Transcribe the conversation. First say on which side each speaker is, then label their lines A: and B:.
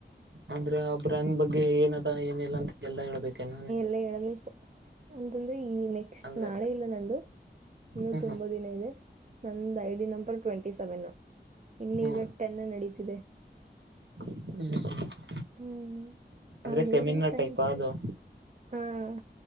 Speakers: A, on the right; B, on the right.
A: ಅಂದ್ರೆ ಅಬ್ರನ್ ಬಗ್ಗೆ ಏನದ ಏನಿಲ್ಲ ಅಂತ ಎಲ್ಲ ಹೇಳ್ಬೇಕೇ ನಿನ್
B: ಎ ಹೆಲ್ಪ್ ಅಂತಂದ್ರೆ ಈ ನೆಕ್ಸ್ಟ್
A: ಅಂದ್ರೆ
B: ನಾಳೆ ನಂದು ಇನ್ನುೂ
A: ಹ್ಮ್
B: ತುಂಬಾ
A: ಹ್ಮ್
B: ದಿನ ಇದೆ ನಂದ್ I D number twenty seven ಇನ್ನೀಗ
A: ಹ್ಮ್
B: ಟೆನ್ ನಡೀತಿದೆ
A: ಹ್ಮ್
B: ಹ್ಮ್
A: ಅಂದ್ರೆ
B: ಅಲ್ಲಿವರ್ಗು
A: ಸೆಮಿನಾರ್
B: ಟೆನ್
A: ಟೈಪ್ ಅದು
B: ಹಾಂ